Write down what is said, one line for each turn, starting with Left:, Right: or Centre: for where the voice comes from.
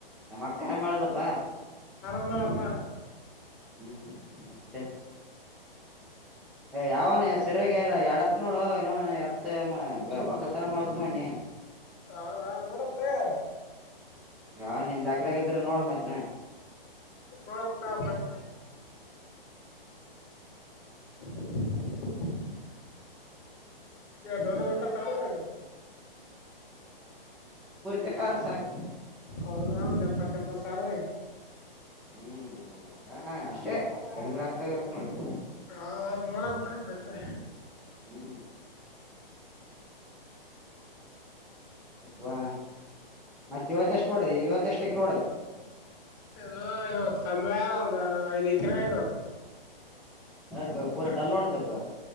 Centre: ನಮ್ಮ ಅಕ್ಕರ ಮಾಡಲ್ಲಪ್ಪಾ.
Left: ಬಾ ಬಾ.
Centre: ಹ್ಮ್ ಮತ್ತೆ. ಯಾವನು ಸರಿಯಾಗ ಎಡತ್ ನೋಡು ಇವನು ಎತ್ತ ವಕಲ್ತನ ಮಾಡತ್ ಮಣಿ. ಹ್ಮ.
Left: ಹೌದ ನೋಡಮ ತಡಿ.
Centre: ಯಾ ನಿನ್ ಲೆಕ್ಕದಾಗ ಇದ್ರೆ ನೋಡ ಮತೇನ. <inaudible>
Left: ನೋಡಮ್ ತಗ ಬಂದ್ <unintelligible> ಎ ದೊಡ್ದದು ಬೇಕಾ ಸಣ್ಣದು ಬೇಕಾ
Centre: ತಿಕಾರಸಕ್ಕ <inaudible>
Left: ಹೌದ ಒಂದ್ ಎಪ್ಪತ್ತ ಎಂಬತ್ತು ಸಾವಿರದಾಗ.
Centre: ಹ್ಮ್ ಅಷ್ಟೇ ಕಡಿಮೆ ರಕ್ಕ ದಾಗಿರಬೇಕು ನೋಂಡು.
Left: ಹೌದಾ ನೋಡಂ ತಡಿ ಮತ್ತೆ
Centre: ಹ್ಮ್ ವಾ ಮತ್ತೆ ಇವತ್ತ ಎಷ್ಟು ಒಡಿದೆ ಇವತ್ತೇಷ್ಟ ಎಕ್ರೆ ಓಡಿದೆ.
Left: ಹಾ ಇವತ್ ಕಮ್ಮಿ ಆದ ಒಂದ್ ಐದ್ ಎಕರೆ ಯದಾವ.
Centre: ಹ ಪೂರ ಡಲ್ ಒಡಿದಪ್ಪ.